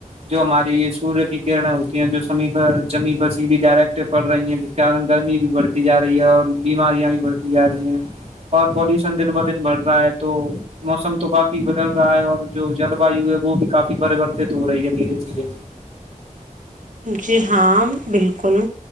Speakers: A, on the right; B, on the right.
A: جو ہماری یہ سوریہ کی کرنیں ہوتی ہیں جو س پر جمی پر سیدھی ڈائریکٹ پڑ رہی ہیں جس کے کارن گرمی بھی بڑتی جا رہی ہے اور بیماریاں بھی بڑھتی جا رہی ہیں اور پولوشن دن ب دن بڑھ رہا ہے تو موسم تو کافی بدل رہا ہے اور جو جل وایو ہے وہ بھی کافی پریوررتت ہو رہی ہے دھیرے دھیرے
B: جی ہاں بالکل